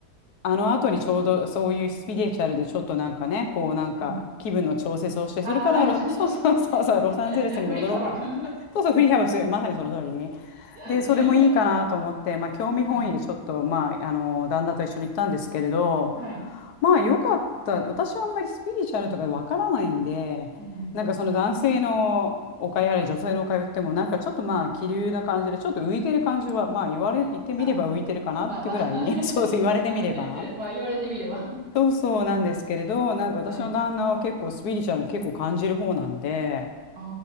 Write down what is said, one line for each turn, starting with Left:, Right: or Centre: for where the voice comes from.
Left: あの後にちょうどそういうスピリチュアルでちょっとなんかね、こうなんか気分の調節をして、
Right: うん。ああ、
Left: それからロ、
Right: <laughs> 確かに。
Left: <laughs> そうそうそうそう、ロサンゼルスに戻ろうかな。
Right: <laughs> 振り幅が
Left: <laughs> そうそう、フリーハウス、まさにその通り。
Right: <laughs>
Left: で、
Right: ね。
Left: それもいいかなと思って、まあ興味本位でちょっと、
Right: はい。
Left: まあ、あの、旦那と一緒に行ったんですけれど、
Right: はい。
Left: まあ良かった。私はあんまりスピリチュアルとかわからないんで、
Right: うんうん。
Left: なんかその男性のお買いあれ、女性のお買い売っても、なんかちょっとまあ気流な感じで、ちょっと浮いてる感じは、まあ言われ、言ってみれば浮いてるかなってぐらい、
Right: ああ。まあまあ。<laughs> はい。
Left: <laughs> そうそう言われてみれば。
Right: はいまあ言われてみれば。
Left: そうそうなんですけれど、なんか私の旦那は結構スピリチュアル結構感じる方なんで、
Right: はい。あ